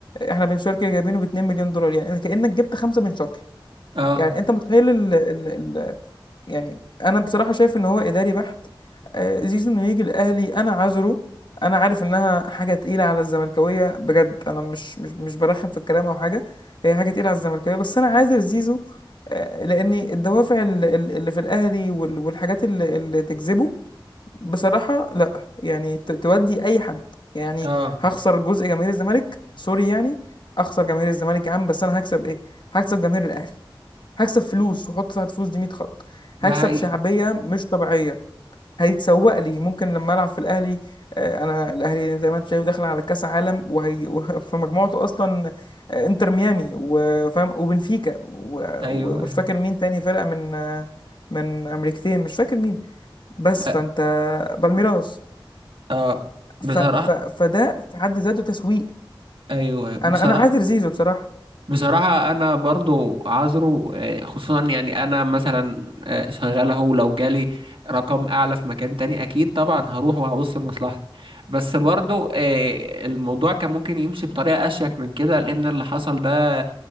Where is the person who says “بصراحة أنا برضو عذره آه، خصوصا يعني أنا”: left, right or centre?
Right